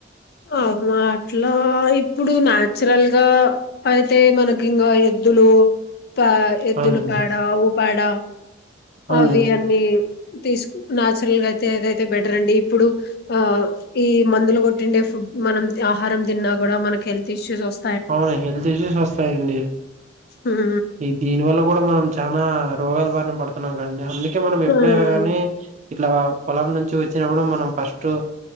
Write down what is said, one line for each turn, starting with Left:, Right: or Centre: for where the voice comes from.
Left: అవు అట్లా ఇప్పుడు నాచురల్ గా అయితే మనకి ఇంకా ఏదులో పా ఎద్దులు
Right: అవునండి
Left: పాడ అవు పాడా
Right: అవునండి
Left: అవి అన్నీ తీసు నాచురల్ గా అయితే ఏదైతే బెటర్ అండి ఇప్పుడు ఆ ఈ మందులు కొట్టిండే ఫుడ్ మనం ఆహారం తిన్నా కూడా మనకి హెల్త్ ఇష్యూస్ వస్త
Right: అవునా హెల్త్ ఇష్యూస్ వస్తాయిండి
Left: ఉమ్
Right: ఈ దీని వల్ల కూడా మనం చనా రోగాల బారిన పడుతున్నాం కాండి అందుకే మనం
Left: ఉమ్
Right: ఎప్పుడైనా కానీ ఇట్లా పొలం నుంచి వచ్చినప్పుడు మనం ఫస్ట్